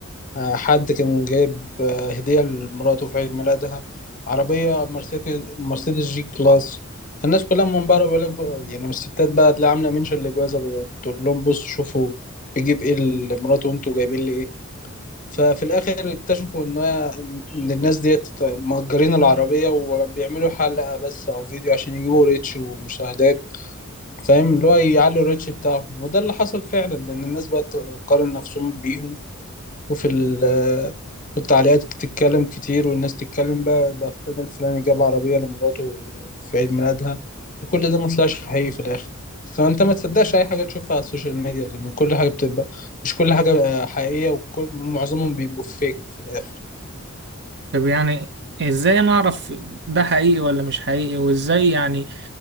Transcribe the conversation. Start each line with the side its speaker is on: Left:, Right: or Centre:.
Left: آه، حد كان جايب آه، هديه لمراته في عيد ميلادها عربيه مرسيدس مرسيدس جي كلاس فالناس كلها من بره بيقول لك بقى- يعني الستات بقى تلاقي عامله منشن لجوازها بتقول لهم بصوا شوفوا بيجيب ايه لمراته وانتوا جايبين لي ايه ففي الاخر اكتشفوا ان هي- ان الناس ديت مأجرين العربية وبيعملوا حلقة بس او فيديو عشان يجيبوا ريتش ومشاهدات فاهم اللي هو يعلوا الريتش بتاعهم وده اللي حصل فعلا لان الناس بقت تقارن نفسهم بيهم وفي ال- والتعليقات تتكلم كتير والناس تتكلم بقى ده فلان الفلاني جاب عربية لمراته في عيد ميلادها وكل ده ما طلعش حقيقي في الآخر فأنت ما تصدقش أي حاجة تشوفها على السوشيال ميديا لأن كل حاجة بتبقى مش كل حاجة حقيقية ومعظمهم بيبقوا فيك في الآخر
Right: طب يعني ازاي انا اعرف ده حقيقي ولا مش حقيقي وازاي يعني